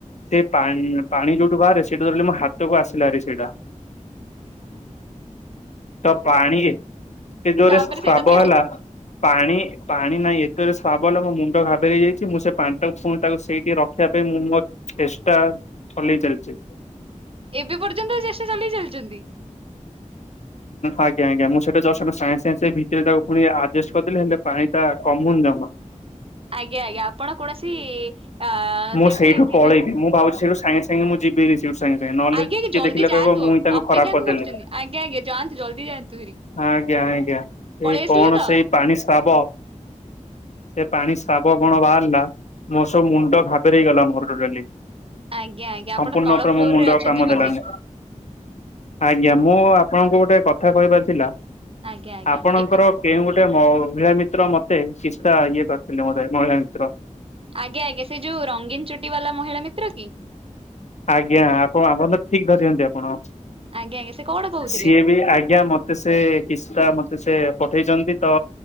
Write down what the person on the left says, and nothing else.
ସେ ପାଣି ଯୋଉଠୁ ବାହାରେ ସେଇଠୁ ଧରିଲ ମୋ ହାତକୁ ଆସିଲାରେ ସେଇଟା। ତ ପାଣି ସେ ଯୋରେ
ଶ୍ରାବ
ହେଲା ପାଣି ପାଣି ନାଇଁ ଏତେ ଜୋରେ ସ୍ରାବ ହେଲା ମୋ ମୁଣ୍ଡ ଘାବେରେଇ ଯାଇଛି, ମୁଁ ସେ ପାଣି ଟାକୁ ପୁଣିବ ତାକୁ ସେଇଠି ରଖ ରଖିବା ପାଇଁ ମୁଁ ମୋର ଚେଷ୍ଟା ଚଲେଇ ଚାଲିଚି।
ଆଜ୍ଞା ଆଜ୍ଞା। ମୁଁ ସେଟା ଜଷ୍ଟ୍ ସାଙ୍ଗେ ସାଙ୍ଗେ ଭିତରେ ତାକୁ ପୁଣି ଆଡଜଷ୍ଟ କରିଦେଲି ହେଲେ ପାଣି ଟା କମୁନି ଜମା।
ମୁଁ
ସେଇଠୁ
ପଳେଇବି ମୁଁ ଭାବୁଚି ସେଇଠୁ ସାଙ୍ଗେ ସାଙ୍ଗେ ମୁଁ ଯିବି। ସାଙ୍ଗେ ସାଙ୍ଗେ ନହେଲେ
କିଏ
ଦେଖିଲେ
କହିବ ମୁଁ
ହିଁ ତାଙ୍କୁ
ଖରାପ କରିଦେଲି।
ଆଜ୍ଞା ଆଜ୍ଞା ସେଇ
କଣ
ସେଇ ପାଣି ସ୍ରାବ ସେ ପାଣି ସ୍ରାବ କଣ ବାହାରିଲା ମୋ ସବୁ ମୁଣ୍ଡ ଘା ବେରେଇ ଗଲା ମୋର ଟୋଟାଲି।
ସମ୍ପୂର୍ଣ୍ଣ
ଉପରେ
ମୋ ମୁଣ୍ଡ
ଆଉ
କାମ
ଦେଲାନି। ଆଜ୍ଞା ମୁଁ ଆପଣଙ୍କୁ ଗୋଟେ କଥା କହିବାର ଥିଲା,
ଆପଣଙ୍କର
କେଉଁ ଗୋଟେ ମହିଳା ମିତ୍ର ମତେ କିଛି ଟା ଇଏ କରିଥିଲେ ମୋତେ, ମହିଳା ମିତ୍ର।
ଆଜ୍ଞା ଆପଣ ଆପଣ ତ ଠିକ୍ ଧରିଛନ୍ତି ଆପଣ।
ସିଏ ବି ଆଜ୍ଞା ମତେ ସେ କିଛି ଟା ମତେ ସେ ପଠେଇଛନ୍ତି ତ